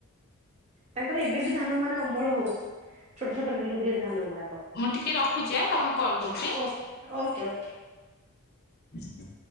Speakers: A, on the right; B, on the left.
A: ତାଙ୍କର ଏବେ ବି ଧାନ ମାନେ ଅମଳ ହଉଛି। ଛୋଟ ଛୋଟ ଗ୍ରୀନ୍ ଗ୍ରୀନ୍ ଧାନ ଗୁଡାକ।
B: ହଁ, ମୁଁ ଟିକେ ରଖୁଛି ଆ ତମକୁ କଲ୍ କରୁଛି।
A: Okay okay okay.
B: <inaudible>